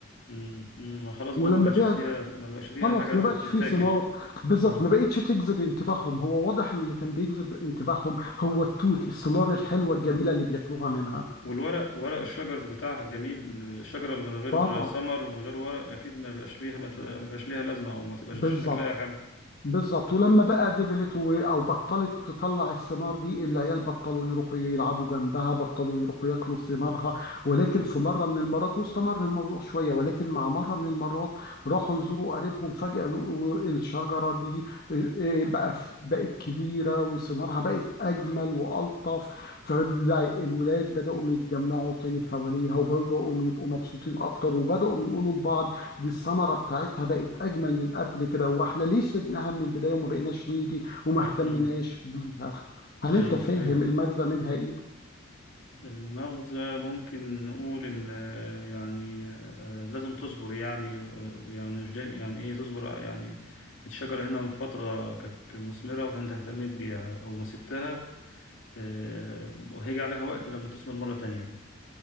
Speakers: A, on the left (about 65°); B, on the left (about 45°).
A: مم. ما خلاص بقى
B: ولما
A: ما بقاش
B: بعد
A: فيها ما بقاش فيها
B: خلاص
A: حاجة
B: ما
A: تت-
B: بقاش في
A: تتاكل
B: ثمار بالظبط
A: مم.
B: ما بقتش تجذب انتباههم هو واضح ان اللي كان بيجذب انتباههم هو التوت الثمار الحلوة الجميلة اللي بياكلوها منها
A: والورق ورق الشجر بتاعها الجميل الشجرة اللي من غير
B: طبعا
A: ثمر من غير ورق أكيد ما بقاش ليها ما ت- ما بقاش ليها لازمة أو ما تبقاش
B: بالظبط
A: شكلها حلو
B: بالظبط ولما بقى دبلت و... او بطلت تطلع الثمار دي العيال بطلوا يروحوا يلعبوا جنبها بطلوا يروحوا ياكلوا ثمارها ولكن في مره من المرات واستمر الموضوع شويه ولكن مع مره من المرات راحوا يزوروا قريبهم فجاه لقوا الشجره دي إيه، إيه، بقى ف- بقت كبيره وثمارها بقت اجمل والطف فالولاد بداوا يتجمعوا تاني حواليها وبداوا يبقوا مبسوطين اكتر وبداوا يقولوا لبعض دي الثمره بتاعتها بقت اجمل من قبل كده واحنا ليه سيبناها من البدايه وما بقيناش نيجي وما اهتمناش
A: مم.
B: بيها هل
A: أي
B: انت فاهم
A: أي
B: المغزى منها ايه
A: المغزى ممكن نقول إن آه، يعني آه، لازم تصبر يعني و- ويعني مش دايما يعني إيه تصبر يعني الشجرة هنا من فترة كانت مثمرة فأنت اهتميت بيها أو ما سبتها آه، وهيجي عليها وقت لما تثمر مرة تانية